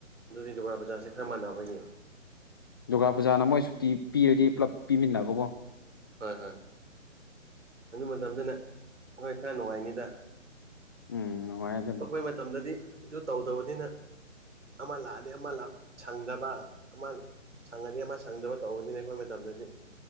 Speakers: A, on the right; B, on the left.
A: ꯑꯗꯨꯗꯤ ꯗꯨꯔꯒ ꯄꯨꯖ ꯈꯔ ꯃꯥꯟꯅꯕꯒꯤ
B: ꯗꯨꯔꯒꯥ ꯄꯨꯖꯥꯅ ꯃꯣꯏ ꯁꯨꯇꯤ ꯄꯤꯔꯗꯤ ꯄꯨꯂꯞ ꯄꯤꯃꯤꯟꯅꯕꯀꯣ
A: ꯍꯣꯏ ꯍꯣꯏ ꯑꯗꯨ ꯃꯇꯝꯗꯅ ꯊꯋꯥꯏ ꯈꯔ ꯅꯨꯡꯉꯥꯏꯅꯤꯗ
B: ꯎꯝ ꯅꯨꯡꯉꯥꯏ ꯑꯗꯨ
A: ꯑꯩꯈꯣꯏ ꯃꯇꯝꯗꯗꯤ ꯑꯗꯨ ꯇꯧꯗꯕꯅꯤꯅ ꯑꯃ ꯂꯥꯛꯑꯗꯤ ꯑꯃ ꯁꯪꯗꯕ ꯑꯃ ꯁꯪꯉꯗꯤ ꯑꯃ ꯁꯪꯗꯕ ꯇꯧꯕꯅꯤꯅꯦ ꯑꯩꯈꯣꯏ ꯃꯇꯝꯗꯗꯤ